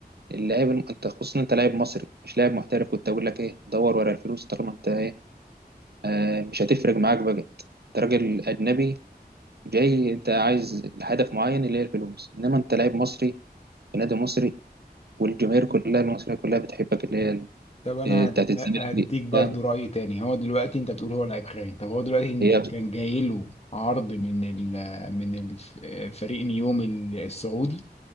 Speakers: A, on the right; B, on the left.
A: اللاعب الم- انت خصوصا انت لاعب مصري مش لاعب محترف كنت اقول لك ايه دور ورا الفلوس طالما انت ايه آه مش هتفرق معاك بقى انت راجل اجنبي جاي انت عايز هدف معين اللي هي الفلوس انما انت لاعب مصري في نادي مصري والجماهير كلها المصريه كلها بتحبك اللي هي ال-
B: طب انا
A: آه، بتاعت
B: هد-
A: الزمالك
B: هديك
A: دي
B: برضو
A: فاهم؟
B: راي تاني هو دلوقتي انت بتقول هو لعيب خاين طب هو دلوقتي كان
A: هي
B: جاي كان جاي له عرض من ال من الف- آه، فريق نيوم السعودي